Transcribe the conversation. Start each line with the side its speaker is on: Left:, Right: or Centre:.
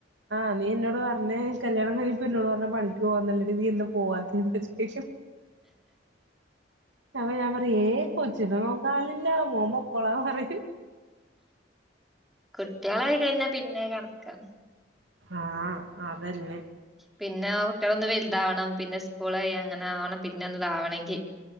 Right: ആഹ് നീ എന്നോട് പർഞ്ഞെ കല്യാണം കഴിഞ്ഞപ്പോ എന്നോട് പറഞ്ഞ പണിക്ക് പോവാന്നല്ലടി നീ എന്താ പോവാതെ ചോ യ്ക്കും അപ്പം ഞാൻ പറയും ഏഹ് കൊച്ചിനെ നോക്കാൻ ആളില്ല മോം പൊക്കോളാം പറയും
Centre: കുട്ട്യാളായി കഴിഞ്ഞാ പിന്നെ കണക്കാണ്.
Right: ആഹ് അതെന്നെ
Centre: പിന്നെ ആ കുട്ട്യാളൊന്ന് വൽതാവണം. പിന്നെ സ്കൂളായി അങ്ങനെ ആവണം പിന്നെ ഒന്ന് താവണെങ്കി